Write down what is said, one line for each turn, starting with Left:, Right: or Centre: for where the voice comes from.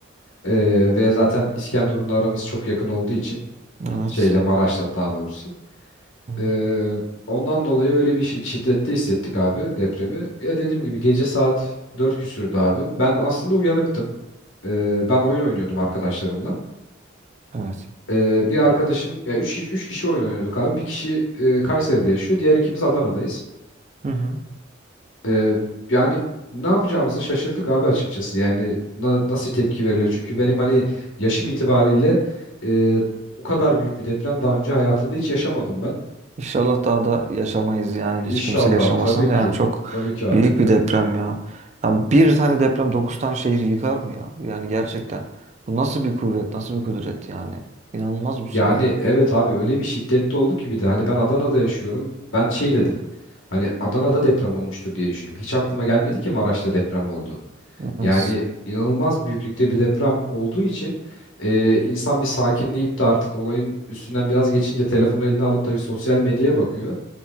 Left: Ee, ve zaten İskenderun'la aramız çok yakın olduğu için
Right: Evet.
Left: şeyle Maraş'la daha doğrusu.
Right: Hı hı,
Left: Ee, ondan dolayı öyle bir şi- şiddette hissettik abi depremi. Ya dediğim gibi gece saat 4 küsürdü abi. Ben aslında uyanıktım. Ee, ben oyun oynuyordum arkadaşlarımla.
Right: Evet.
Left: Ee, bir arkadaşım ya 3 kişi, üç kişi oyun oynuyorduk abi. Bir kişi e, Kayseri'de yaşıyor. Diğer ikimiz Adana'dayız.
Right: Hı hı.
Left: Ee, yani ne yapacağımızı şaşırdık abi açıkçası. Yani na- nasıl tepki verilir? Çünkü benim hani yaşım itibariyle e, bu kadar büyük bir deprem daha önce hayatımda hiç yaşamadım ben.
Right: İnşallah daha da yaşamayız yani
Left: İnşallah
Right: hiç kimse yaşamasın.
Left: tabii ki.
Right: Yani çok
Left: Tabii ki abi.
Right: büyük bir deprem ya. Ya bir tane deprem 9 tane şehri yıkar mı ya? Yani gerçekten. Bu nasıl bir kuvvet, nasıl bir kudret yani? İnanılmaz bir
Left: Yani
Right: şey ya.
Left: evet abi öyle bir şiddetli oldu ki bir de hani ben Adana'da yaşıyorum. Ben şey dedim. Hani Adana'da deprem olmuştur diye düşündüm. Hiç aklıma gelmedi ki Maraş'ta deprem oldu.
Right: Evet.
Left: Yani inanılmaz büyüklükte bir deprem olduğu için e, insan bir sakinleyip de artık olayın üstünden biraz geçince telefonu eline alıp da bir sosyal medyaya bakıyor.